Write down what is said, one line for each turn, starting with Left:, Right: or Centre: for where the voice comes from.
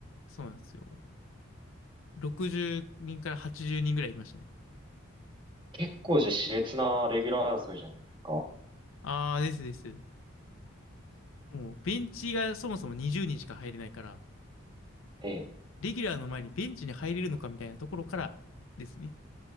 Left: そうなんですよ。60人から80人ぐらいいましたね。
Right: 結構じゃあ熾烈なレギュラー争いじゃないですか。
Left: ああ、ですです。もうベンチがそもそも20人しか入れないから、
Right: ええ、
Left: レギュラーの前にベンチに入れるのかみたいなところからですね。